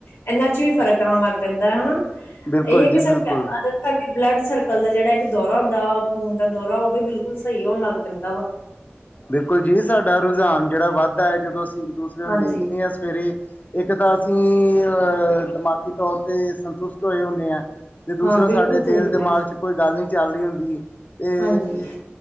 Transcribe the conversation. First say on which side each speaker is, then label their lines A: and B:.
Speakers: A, on the left (about 85°); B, on the left (about 40°).
A: ਇਹਨਾਂ ਚ ਵੀ ਫ਼ਰਕ ਆਉਣ ਲੱਗ ਪੈਂਦਾ ਹਨਾ
B: ਬਿਲਕੁਲ
A: ਇਹ ਹੈ ਕਿ
B: ਜੀ
A: ਸਾਡੇ
B: ਬਿਲਕੁਲ
A: ਆਦਤ ਸਾਡੇ ਬਲੱਡ ਸਰਕਲ ਦਾ ਜਿਹੜਾ ਇੱਕ ਦੌਰਾ ਹੁੰਦਾ ਖੂਨ ਦਾ ਦੌਰਾ ਉਹ ਵੀ ਬਿਲਕੁਲ ਸਹੀ ਹੋਣ ਲੱਗ ਪੈਂਦਾ ਵਾ
B: ਬਿਲਕੁਲ ਜੀ ਸਾਡਾ ਰੁਝਾਨ ਜਿਹੜਾ ਵੱਧਦਾ ਹੈ ਜਦੋਂ ਅਸੀਂ ਇੱਕ ਦੂਸਰੇ
A: ਹਾਂਜੀ
B: ਨੂੰ ਦੇਖਦੇ ਹਾਂ ਸਵੇਰੇ ਇੱਕ ਤਾਂ ਅਸੀਂ ਦਿਮਾਗੀ ਤੌਰ 'ਤੇ ਸੰਤੁਸ਼ਟ ਹੋਏ ਹੁੰਦੇ ਹਾਂ ਤੇ ਦੂਸਰਾ
A: ਹਾਂ ਬਿਲਕੁਲ
B: ਸਾਡੇ
A: ਸਹੀ
B: ਦਿਲ
A: ਕਿਹਾ
B: ਦਿਮਾਗ ਚ ਕੋਈ ਗੱਲ ਨਹੀਂ ਚੱਲ ਰਹੀ ਹੁੰਦੀ ਅਤੇ
A: ਹਾਂਜੀ